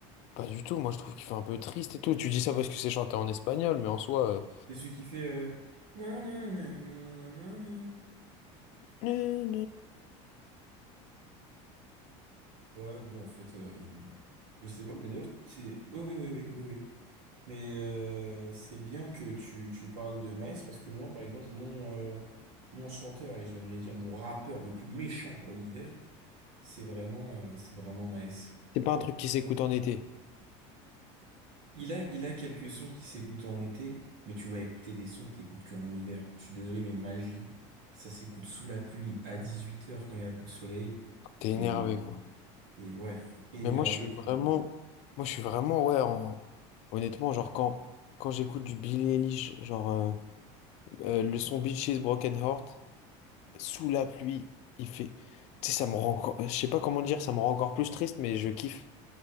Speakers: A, on the left (about 50°); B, on the right (about 65°).
A: Pas du tout. Moi, je trouve qu'il fait un peu triste et tout. Tu dis ça parce que c'est chanté en espagnol, mais en soi...
B: C'est celui qui fait euh, nan, nan, nan, nan, nan, nan.
A: euh,
B: Ouais, bon, en fait, euh, je je sais pas, mais d'ailleurs, c'est. Oui, oui, oui, oui, oui, oui. Mais euh, c'est bien que tu, tu parles de Maes parce que moi, par exemple, mon, euh, mon chanteur et j'aimerais dire mon rappeur le plus méchant pour l'hiver, c'est vraiment, euh, c'est vraiment Maes.
A: C'est pas un truc qui s'écoute en été.
B: Il a, il a quelques sons qui s'écoutent en été, mais tu vas écouter des sons que t'écoutes qu'en hiver. Je suis désolé, mais Magie, ça s'écoute sous la pluie, à dix-huit heures quand il n'y a plus de soleil.
A: T'es
B: et
A: énervé, quoi.
B: Et ouais, énervé.
A: Mais moi, je suis vraiment,
B: et-
A: moi, je suis vraiment, ouais, en- honnêtement, genre, quand, quand j'écoute du Billie Eilish, genre, euh, euh, le son Bitches Broken Heart, sous la pluie, il fait, tu sais, ça me rend encore, je sais pas comment dire, ça me rend encore plus triste, mais je kiffe.